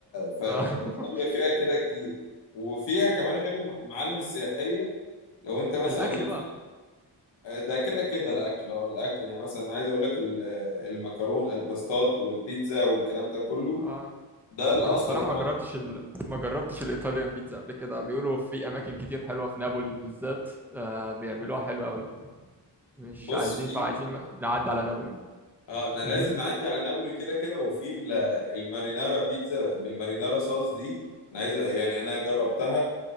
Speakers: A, on the left; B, in the centre.
A: فإيطاليا
B: آه. <laughs>
A: فيها كده كتير وفيها كمان غير الم- المعالم السياحية لو أنت مثلا
B: الأكل
A: ليك
B: بقى
A: في آه، ده كده كده الأكل أه الأكل يعني مثلا عايز أقول لك ال- المكرون الباستات والبيتزا والكلام ده كله
B: آه.
A: ده الأصل
B: أنا الصراحة
A: طبعا
B: ما جربتش ال... ما جربتش الإيطاليان بيتزا قبل كده بيقولوا في أماكن كتير حلوة في نابولي بالذات آه بيعملوها حلوة أوي مش
A: بص
B: عايزين
A: في
B: فعايزين نعدي على نابولي
A: اه آه، أنا لازم
B: مهم.
A: نعدي على نابولي كده كده وفي ال- المارينارا بيتزا بالمارينارا صوص دي أنا عايز يعني أنا جربتها